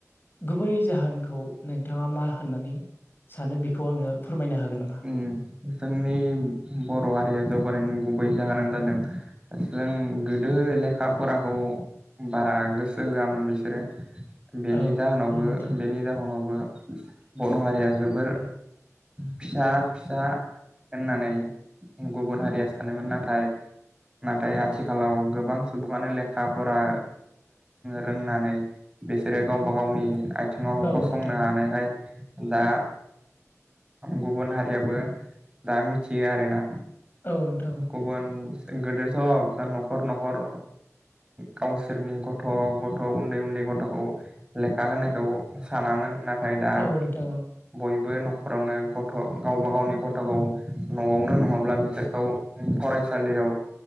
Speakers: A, on the left; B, on the right.
A: गुबै जाहोनखौ नोंथाङा मा होननानै। सानो बेखौ आङो फोरमायनो हागोन नामा
B: उम जोंनि बर'। बर' हारिया जौगानायनि गुबै जाहोनानो जादों जों गोदो लेखा फराखौ बारा गोसो होआमोन बिसोरो बेनि
A: औ
B: जाहोनावबो
A: औ नोंथां
B: बेनि जाहोनावबो बर' हारिया जोबोर फिसा फिसा होननानै गुबुन हारिया सानोमोन नाथाय नाथाय आथिखालाव गोबां सुबुङानो लेखा फरा रोंनानै। बिसोरो गावबा गावनि आथिङाव
A: औ
B: गसंनो
A: नोंथां
B: हानायहाय दा। गुबुन हारियाबो दा मिथियो आरोना
A: औ नोंथां
B: गुबुन। गोदेरथ' न'खर न'खर। गावसोरनि गथ' गथ' उन्दै उन्दै गथ'खौ लेखा होनायखौ सानामोन नाथाय। ओमफ्राय दा
A: औ नोंथां
B: बयबो न'खरावनो। गथ' गावबा गावनि गथ'खौ न'आवनो नङाब्ला बिसोरखौ फरायसालियाव।